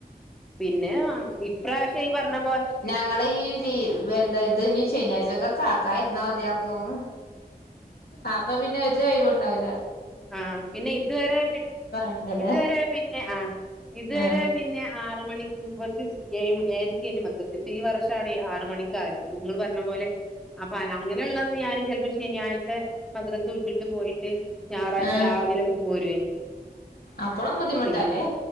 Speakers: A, in the centre; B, on the left (about 70°).
A: പിന്നെ ഇപ്രാവശ്യം ഈ പറഞ്ഞ പോലെ
B: ഞങ്ങളേ ഈ ലീവ് എന്ത ഇത്ഞ്ഞി ശനിയാഴ്ചക്കക്ക് ആക്കായിരുന്ന മതിയാര്ന്നൂന്ന് അപ്പൊ പിന്നെ ഒരൊയിവൂണ്ടാവൂല
A: ആഹ് പിന്നെ ഇതുവരെ പിന്നെ
B: പറ്റില്ലല്ലേ
A: ഇതുവരെ പിന്നെ ആഹ് ഇതുവരെ
B: ആഹ്
A: പിന്നെ പിന്നെ ആറ് മണി <unintelligible> ഏഴ് മണി ഏയരക്കേന്നു മദ്രസ് ഇപ്പൊ ഈ വർഷാണ് ആറ് മണി ക്കായത് ഇങ്ങള് പറഞ്ഞ പോലെ അപ്പൊ അങ്ങനെള്ളന്ന് ഞാന് ചെലപ്പൊ ശനിയാഴ്ച മദ്രസ് വിട്ടിട്ട് പോയിട്ട് ഞായറാഴ്ച
B: ആഹ്
A: രാവി രാവിലൊക്കെ പോരോയ്നി.
B: അപ്പളും ബുദ്ധിമുട്ടല്ലേ
A: പി